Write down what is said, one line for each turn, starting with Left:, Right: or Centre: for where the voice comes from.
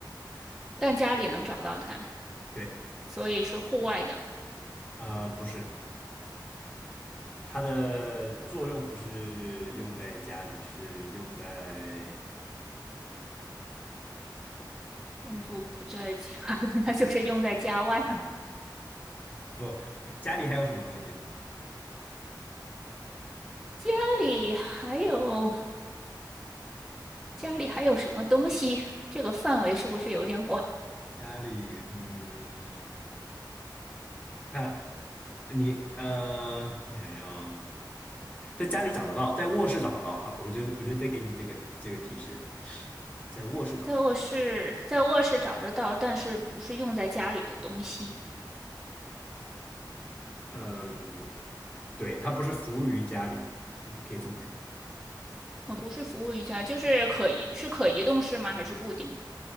Centre: 但家里能找到它，
Left: 对，
Centre: 所以是户外的。
Left: 呃，不是，它的作用不是用在家里，是用在，
Centre: 嗯，夫不在家里，那就是用在家外了。
Left: 不，<laughs> 家里还有什么东西？
Centre: 家里还有。家里还有什么东西？这个范围是不是有点广？
Left: 家里，嗯。它。你呃，我想要在家里找得到，在卧室找得到。好了，我就我就得给你这个这个提示，在卧室找得到。
Centre: 在卧室，在卧室找得到，但是不是用在家里的东西？
Left: 嗯，对，它不是服务于家里，嗯可以这么说，
Centre: 呃，不是服务于家，就是可移，是可移动式吗？还是固定的？